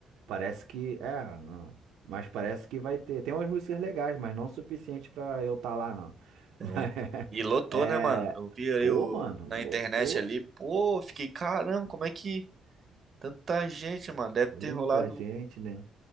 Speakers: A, on the right (about 85°); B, on the right (about 45°).
A: parece que. É, não, mas parece que vai ter. Tem umas músicas legais, mas não o suficiente pra eu estar lá, não. <laughs>
B: É.
A: Mas,
B: E lotou,
A: é,
B: né, mano? Eu vi ali
A: pô,
B: o-
A: mano, lotou
B: na internet ali, pô, fiquei, caramba, como é que tanta gente, mano? Deve
A: muita
B: ter rolado.
A: gente, né?